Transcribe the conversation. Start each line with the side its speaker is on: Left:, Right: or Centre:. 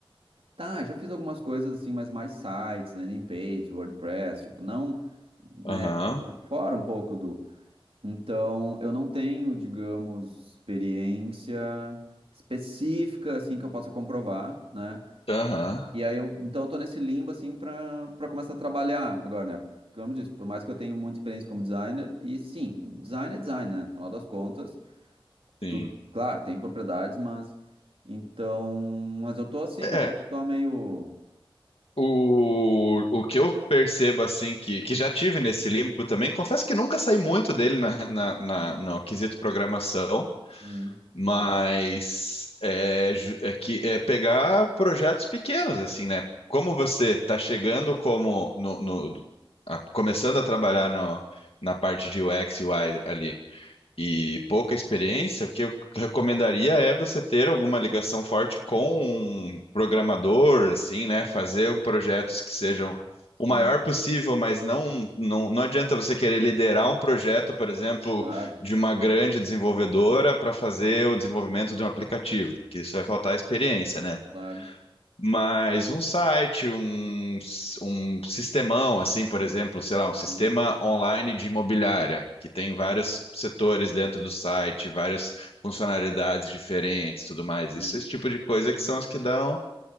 Right: tá, já fiz algumas coisas assim, mas mais sites, landing pages, WordPress, tipo, não, né,
Left: Aham.
Right: tipo, fora um pouco do Então, eu não tenho, digamos, experiência específica assim que eu possa comprovar, né?
Left: Aham.
Right: E aí eu, então eu tô nesse limbo assim para para começar a trabalhar agora, né? Como eu disse, por mais que eu tenha muita experiência como designer, e sim, design é design, né? No final das contas,
Left: Sim.
Right: tudo, claro, tem propriedades, mas então, mas eu tô assim,
Left: É,
Right: um pouco só meio,
Left: O, o que eu percebo, assim, que, que já tive nesse limbo também, confesso que nunca saí muito dele na, na, na- no quesito programação,
Right: hum,
Left: mas é, ju- é que é pegar projetos pequenos, assim, né? Como você está chegando como no, no- a- começando a trabalhar no- na parte de UX e UI ali, e pouca experiência, o que eu recomendaria é você ter alguma ligação forte com um programador, assim, né? Fazer projetos que sejam
Right: sim,
Left: o maior possível, mas não, não, não adianta você querer liderar um projeto, por exemplo,
Right: claro,
Left: de uma grande desenvolvedora para fazer o desenvolvimento de um aplicativo, que isso vai faltar experiência, né?
Right: claro,
Left: Mas um site, um, s- um sistemão, assim, por exemplo, sei lá, um sistema
Right: hum,
Left: online de imobiliária, que tem vários setores dentro do site, várias funcionalidades diferentes, tudo mais.
Right: sim.
Left: Isso, esse tipo de coisa que são as que dão